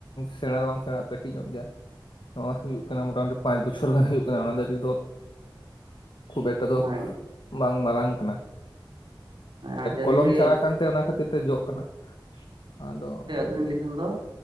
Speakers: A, on the left; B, on the right.
A: ᱥᱮᱬᱟ ᱫᱚ ᱵᱟᱝ ᱥᱮᱬᱟ ᱠᱟᱴᱤᱡ ᱧᱚᱜ ᱜᱮᱭᱟ ᱱᱚᱣᱟ ᱦᱩᱭᱩᱜ ᱠᱟᱱᱟ ᱢᱚᱴᱟ ᱢᱩᱴᱤ ᱯᱟᱸᱪ ᱵᱚᱪᱷᱚᱨ ᱜᱟᱱ ᱦᱩᱭᱩᱜ ᱠᱟᱱᱟ ᱚᱱᱟ ᱫᱟᱨᱮ ᱫᱚ ᱠᱷᱩᱵ ᱮᱠᱴᱟ ᱫᱚ
B: ᱦᱳᱭ
A: ᱵᱟᱝ ᱢᱟᱨᱟᱝ ᱠᱟᱱᱟ
B: ᱟᱨ ᱡᱟᱹᱞᱤ
A: ᱠᱚᱞᱚᱢ
B: ᱨᱮ
A: ᱪᱟᱨᱟᱜ ᱠᱟᱱ ᱛᱮ ᱚᱱᱟ ᱠᱷᱟᱹᱛᱤᱨ ᱛᱮ ᱡᱚᱜ ᱠᱟᱱᱟ ᱟᱫᱚ
B: ᱟᱹᱠᱷᱨ ᱤᱧ ᱞᱮᱠᱷᱟᱱ ᱫᱚ